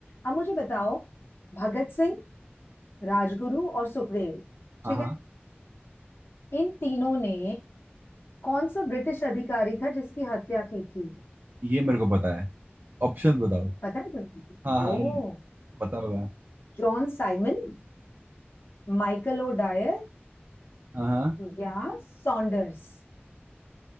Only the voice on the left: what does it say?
अब मुझे बताओ भगत सिंह राजगुरु और सुखदेव
ठीक
है इन तीनों ने कौन सा ब्रिटिश अधिकारी था जिसकी हत्या की थी
पता है तुम्हें
ओ
John Simon Michael O'Dwyer
या Saunders